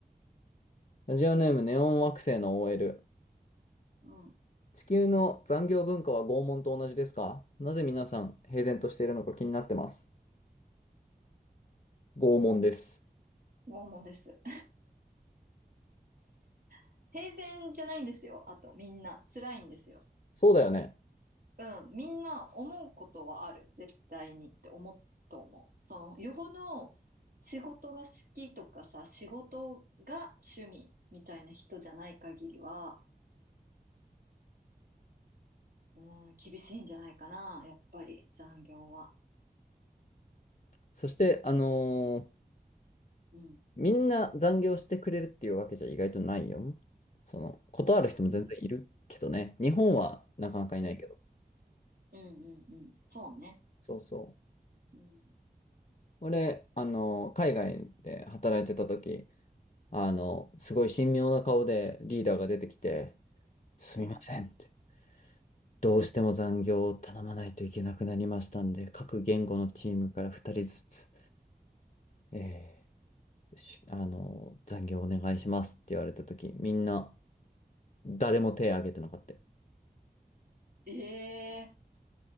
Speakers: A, on the left; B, on the right.
A: ラジオネーム、ネオン惑星の OL。
B: うん。
A: 地球の残業文化は拷問と同じですかなぜ皆さん平然としているのか気になってます。拷問です。
B: 拷問です。<laughs> 平然じゃないんですよ。あと、みんな。辛いんですよ。
A: そうだよね。
B: うん、みんな思うことはある絶対にって思うと思うそのよほど仕事が好きとかさ仕事が趣味みたいな人じゃない限りは、うん、厳しいんじゃないかなやっぱり残業は
A: そして、あのー
B: うん
A: みんな残業してくれるっていうわけじゃ意外とないよ。その、断る人も全然いるけどね。
B: うん
A: 日本はなかなかいないけど。
B: うんうんうんうんそうね
A: そうそう。
B: うん
A: 俺、あの、海外で働いてた時、あの、すごい神妙な顔でリーダーが出てきて、すみませんって。
B: うん
A: どうしても残業を頼まないといけなくなりましたんで、
B: うん
A: 各言語のチームから2人ずつ、えーしあの、残業お願いしますって言われた時、みんな誰も手を挙げてなかったよ。
B: ええー